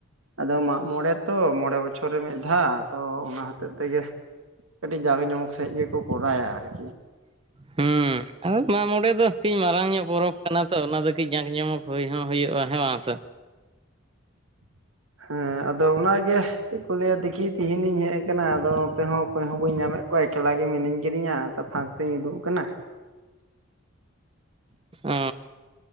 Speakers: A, on the right (about 80°); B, on the right (about 25°).
A: ᱟᱫᱚ ᱢᱟᱜ ᱢᱚᱬᱮ ᱛᱚ ᱢᱚᱬᱮ ᱵᱚᱪᱷᱚᱨ ᱨᱮ ᱢᱤᱫ ᱫᱷᱟᱣ ᱟᱫᱚ ᱚᱱᱟ ᱦᱚᱛᱮᱜ ᱛᱮᱜᱮ ᱠᱟᱹᱴᱤᱡ ᱡᱟᱸᱠ ᱡᱚᱢᱚᱠ ᱥᱺᱮᱫ ᱜᱮᱠᱚ ᱠᱚᱨᱟᱭᱟ ᱟᱨᱠᱤ
B: ᱦᱩᱸ ᱟᱨ ᱵᱟᱝ ᱱᱚᱸᱰᱮ ᱫᱚ ᱠᱟᱹᱡ ᱢᱟᱨᱟᱝ ᱧᱚᱜ ᱯᱚᱨᱚᱵᱽ ᱠᱟᱱᱟ ᱛᱚ ᱚᱱᱟ ᱫᱚ ᱠᱟᱹᱡ ᱡᱟᱸᱠᱧᱚᱢᱚᱠ ᱦᱩᱭ ᱦᱚᱸ ᱦᱩᱭᱩᱜᱼᱟ ᱦᱮᱸ ᱵᱟᱝᱥ
A: <inaudible> ᱦᱮᱸ ᱟᱫᱚ ᱚᱱᱟᱜᱮ ᱪᱮᱫ ᱠᱚ ᱞᱟᱹᱭᱟ ᱫᱮᱠᱷᱤ ᱛᱤᱦᱤᱧᱤᱧ ᱦᱮᱡ ᱟᱠᱟᱱᱟ ᱟᱫᱚ ᱱᱚᱛᱮ ᱦᱚᱸ ᱚᱠᱚᱭ ᱦᱚᱸ ᱵᱟᱹᱧ ᱧᱟᱢᱮᱫ ᱠᱚ ᱮᱠᱞᱟ ᱜᱮ ᱢᱤᱱᱟᱹᱧ ᱠᱤᱫᱤᱧᱟ ᱯᱷᱟᱠ ᱥᱮᱧ ᱩᱰᱩᱠ ᱟᱠᱟᱱᱟ
B: ᱚ